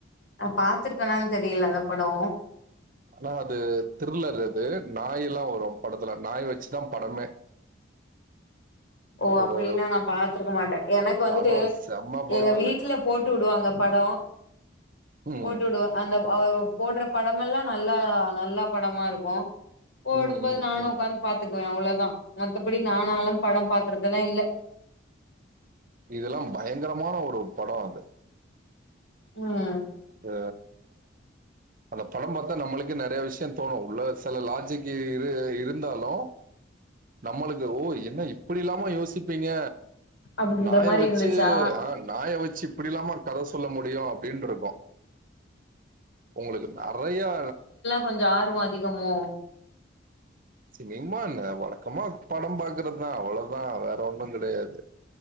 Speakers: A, on the left; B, on the right.
A: நா பாத்திருக்கனான்னு தெரில அந்த படோ
B: ஆனா அது திருளர் அது நாய் எல்லா வரு படத்துல நாய் வெச்சுதா படமே
A: ஓ அப்டின்னா
B: ஒரு
A: நா பாத்துருக்க மாட்ட எனக்கு வந்துட்டு
B: படோ செம்ம படோ
A: எங்க வீட்ல
B: அது
A: போட்டு உடுவாங்க படோ
B: ம்
A: போட்டு உடுவா அந்த அவுங்க போடுற படமெல்லா நல்லா நல்லா படமா இருக்கு போடும்போது
B: ம் ம்
A: நானு
B: ம்
A: உட்காந்து பாத்துக்குவே அவ்ளோதா மத்தபடி நானால படம் பாக்கறது எல்லா இல்ல
B: இதெல்லா பயங்கரமான ஒரு படோ அது
A: ம்
B: ப அந்த படம் பாத்தா நம்மளுக்கே நெறைய விஷ்யந் தோணு வுள்ள சில லாஜிக் இரு இருந்தாலு நம்மளுக்கு ஓ என்ன இப்டி எல்லாமோ யோசிப்பீங்க
A: அப்டின்ற
B: நாய
A: மாரி
B: வச்சு
A: இருந்துச்சா
B: ஆன் நாய வெச்சு இப்டி இல்லாமா கத சொல்ல முடியு அப்டின்ருக்கு உங்குளுக்கு நெறையா
A: கொஞ்ச ஆர்வோ அதிகமோ
B: சினிமா என்ன வழக்கமா படம் பாக்கறத்தா அவ்ளவுதா வேற ஒன்னுங் கெடையாது